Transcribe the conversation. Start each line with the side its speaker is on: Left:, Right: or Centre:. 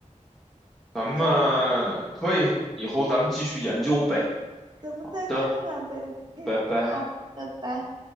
Centre: 咱们可以，
Right: 行，
Centre: 以后咱们继续研究呗。
Right: 咱们再看看呗。
Centre: 好的，
Right: 嗯，
Centre: 拜拜。
Right: 好，拜拜。